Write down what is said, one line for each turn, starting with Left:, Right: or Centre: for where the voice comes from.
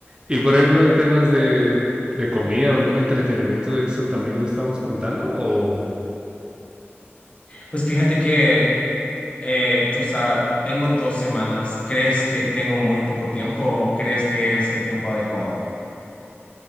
Right: Y por ejemplo, en temas de, de comida o algún entretenimiento de eso, ¿también lo estamos contando? O
Left: Pues fíjate que eh, tú sabes, tengo dos semanas. ¿Crees que tengo muy poco tiempo o crees que es el tiempo adecuado?